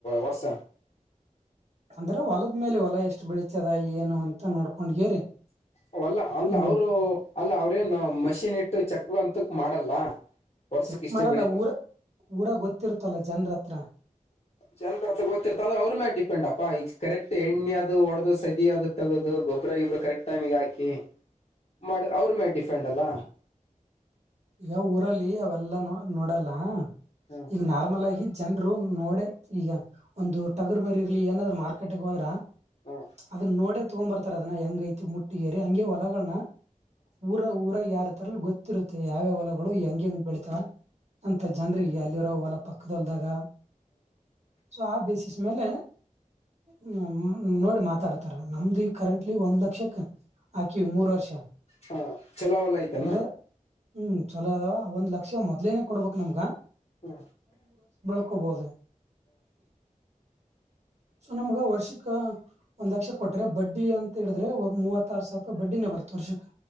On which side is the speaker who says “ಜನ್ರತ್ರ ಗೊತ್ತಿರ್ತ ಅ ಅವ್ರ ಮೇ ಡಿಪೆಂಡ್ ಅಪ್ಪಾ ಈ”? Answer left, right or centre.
Left